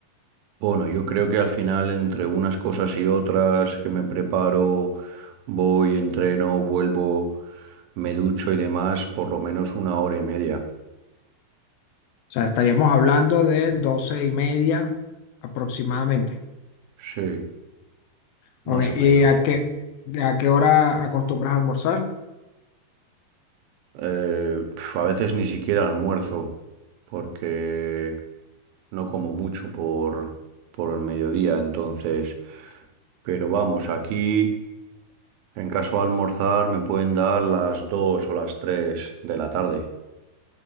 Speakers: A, on the right; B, on the left.
A: Bueno, yo creo que al final entre unas cosas y otras que me preparo, voy, entreno, vuelvo, me ducho y demás, por lo menos una hora y media.
B: O sea, estaríamos hablando de 12 y media aproximadamente.
A: Sí,
B: Ok,
A: más o menos.
B: ¿y a qué, a qué hora acostumbras a almorzar?
A: Eh, pf, a veces ni siquiera almuerzo, porque no como mucho por, por el mediodía, entonces... Pero vamos, aquí, en caso de almorzar, me pueden dar las 2 o las 3 de la tarde.